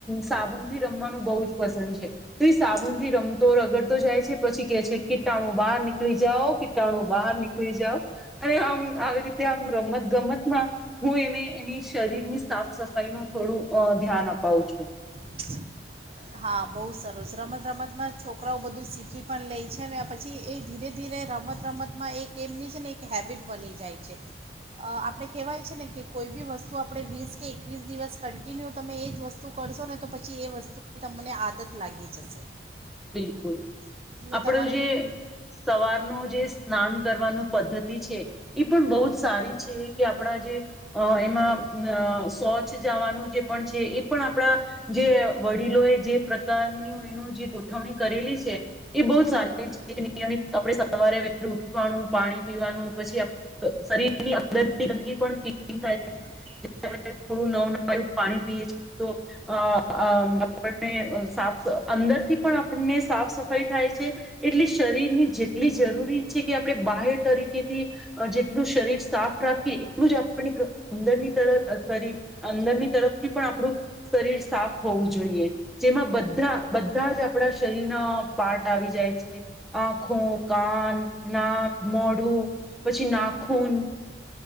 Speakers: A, in the centre; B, on the right.
A: સાબુન થી રમવાનું બહુ જ પસંદ છે તો એ સાબુનથી રમતો રગડતો જાય છે પછી કે છે કીટાણું બહાર નીકળી જઓ તણું બહાર નીકળી જાવ અને આમ આવી રીતે આમ રમત ગમતમાં હું એને એની શરીરની સાફ સફાઈ નું થોડું અ ધ્યાન અપાવું છું
B: <inaudible> હા બહુ સરસ રમત રમત માં છોકરાઓ બધું શીખી પણ લે છે ને પછી પછી એ ધીરે ધીરે રમત રમતમાં એક એમની છે ને એક હેબિટ બની જાય છે. અ આપણે કહેવાય છે ને કે કોઈ બી વસ્તુ આપણે વીસ કે એકવીસ દિવસ કન્ટિન્યુ તમે એજ જ વસ્તુ તું કરશો ને તો પછી એ વસ્તુની તમને આદત લાગી જશે
A: બિલકુલ
B: એટલે
A: આપણો
B: તમારે
A: જે
B: કોઈ
A: સવારનું જે સ્નાન કરવાનું પદ્ધતિ છે એ પણ બહુ જ સારી છે કે આપણા જે અ એમાં શૌચ જવાનું જે પણ છે એ પણ આપણા જે વડીલો એ જે પ્રકારનું એનું જે ઉજવણી કરેલી છે એ બહ જ સારી છે નિયમિત આપ સવારે વેલુ પીવાનું પાણી પીવાનું પછી શરીરની અંદરની ગંદગી પણ કેટલી થાય છે.
B: <inaudible>
A: થોડું નવું <unintelligible> પાણી પીએ છે તો અ આપણને સાફ અંદરથી પણ આપણને સાફ સફાઈ થાય છે. એટલે શરીરની જેટલી જરૂરી છે કે આપણે બાહે તરીકેથી અ જેટલું શરીર સાફ રાખીએ એટલું જ આપને અંદરની તરફ કરી અંદરની તરફથી પણ આપણું શરીર સાફ હોવું જોઈએ જેમાં બધા બધા જ આપણા શરીર ના પાર્ટ આવી જાય છે. આંખો કાન નાક મોઢું પછી નાખુન